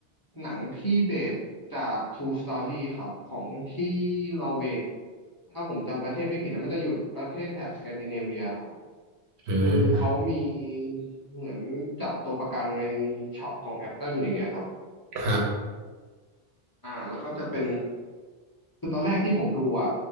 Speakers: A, on the left; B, on the right.
A: หนังที่เบสจาก True Story ครับของที่นอร์เวย์ถ้าผมจำประเทศไม่ผิดนะมันจะอยู่ประเทศแถบสแกนดิเนเวียครับ
B: อืม
A: คือเขามีเหมือนจับตัวประกันในช็อปของ Apple อย่างเงี้ยครับ
B: ครับ
A: อ่าแล้วก็จะเป็นคือตอนแรกที่ผมดูอ่ะ